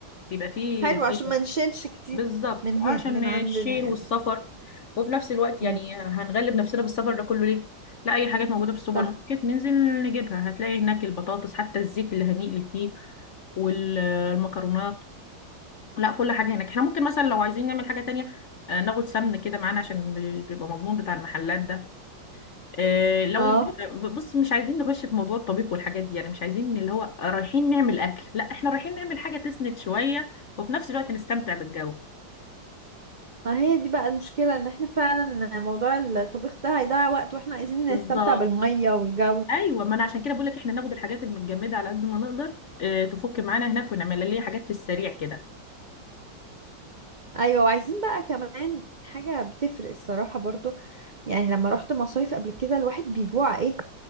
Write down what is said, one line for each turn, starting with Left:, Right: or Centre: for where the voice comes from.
Left: بيبقى فيه
Right: حلو عشان
Left: هايبر
Right: ما نشيلش كتير
Left: بالظبط
Right: من
Left: عشان
Right: هنا من
Left: الشيل
Right: عندنا يعني
Left: والسفر وفي نفس الوقت يعني
Right: مم.
Left: هنغلب نفسنا بالسفر ده كله ليه لا اي حاجات موجوده في السوبر
Right: صح
Left: ماركت ننزل نجيبها هتلاقي هناك البطاطس حتى الزيت اللي هنقلي فيه والمكرونات لا كل حاجه هناك احنا ممكن مثلا لو عايزين نعمل حاجه تانية آه، ناخد سمن كده معانا عشان بيبقى مضمون بتاع المحلات ده آه، لو
Right: اه
Left: بص مش عايزين نخش في موضوع الطبيخ والحاجات دي يعني مش عايزين اللي هو رايحين نعمل اكل لا احنا رايحين نعمل حاجه تسند شويه وفي نفس الوقت نستمتع بالجو
Right: ما هي دي بقى المشكلة ان احنا فعلا موضوع الطبيخ ده هيضيع وقت واحنا عايزين
Left: بالظبط
Right: نستمتع بالمية والجو
Left: ايوه ما انا عشان كده بقول لك احنا ناخد الحاجات المتجمده على قد ما نقدر آه، تفك معانا هناك ونعمل لنا حاجات في السريع كده
Right: ايوه وعايزين بقى كمان حاجة بتفرق الصراحة برضو يعني لما رحت مصايف قبل كده الواحد بيجوع ايه